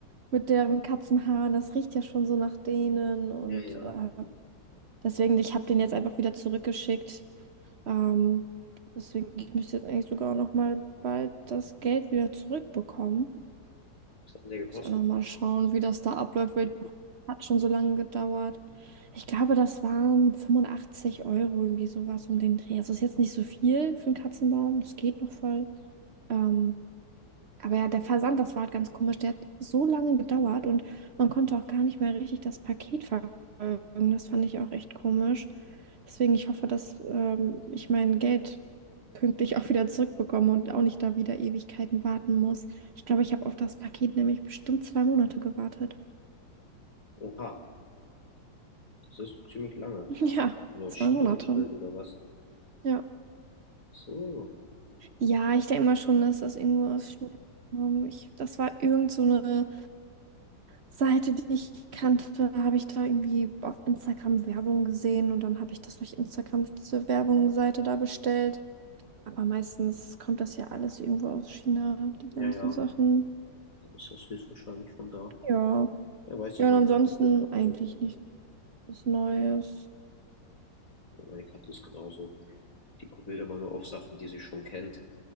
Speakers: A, on the right; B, on the left.
A: mit deren Katzenhaaren. Das riecht ja schon so nach denen. Und
B: Ja, ja.
A: äh, deswegen, ich habe den jetzt einfach wieder zurückgeschickt. Ähm, deswegen, ich müsste jetzt eigentlich sogar auch noch mal bald das Geld wieder zurückbekommen.
B: Was hat denn der gekostet?
A: Muss ich auch noch mal schauen, wie das da abläuft, weil hat schon so lange gedauert. Ich glaube, das waren 85 Euro, irgendwie sowas um den Dreh. Also ist jetzt nicht so viel für einen Katzenbaum. Das geht noch voll. Ähm, aber ja, der Versand, das war halt ganz komisch. Der hat so lange gedauert und man konnte auch gar nicht mehr richtig das Paket verfolgen. Das fand ich auch echt komisch. Deswegen, ich hoffe, dass ähm, ich mein Geld pünktlich auch wieder zurückbekomme und auch nicht da wieder Ewigkeiten warten muss. Ich glaube, ich habe auf das Paket nämlich bestimmt zwei Monate gewartet.
B: Oha, das ist ziemlich lange.
A: <laughs> Ja,
B: Bin aus
A: zwei
B: China
A: Monate.
B: bestellt oder was?
A: Ja.
B: So.
A: Ja, ich denke mal schon, dass das irgendwo aus China kam. Ich, das war irgend so eine Seite, die ich kannte, habe ich da irgendwie auf Instagram Werbung gesehen und dann habe ich das durch Instagram diese Werbungsseite da bestellt. Aber meistens kommt das ja alles irgendwo aus China, die
B: Ja,
A: ganzen
B: ja,
A: Sachen.
B: dann ist das höchstwahrscheinlich von da.
A: Ja.
B: Ja, weiß
A: Ja,
B: nicht,
A: und
B: meine
A: ansonsten
B: Katze ist genauso.
A: eigentlich nichts Neues.
B: ja, Meine Katze ist genauso. Die will immer nur auf Sachen, die sie schon kennt,